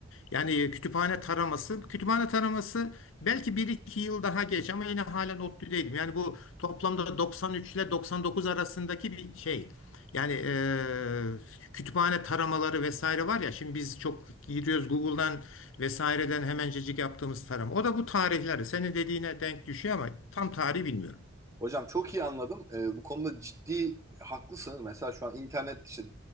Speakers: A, on the left; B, on the right.
A: Yani e, kütüphane taraması, kütüphane taraması belki bir iki yıl daha geç ama yine halen ODTÜ'deydim. Yani bu toplamda 93 ile 99 arasındaki bir şey. Yani eee, kütüphane taramaları vesaire var ya şimdi biz çok giriyoruz Google'dan vesaireden hemencecik yaptığımız tarama. O da bu tarihleri senin dediğine denk düşüyor ama tam tarihi bilmiyorum.
B: Hocam çok iyi anladım. Ee, bu konuda ciddi haklısınız. Mesela şu an internet işte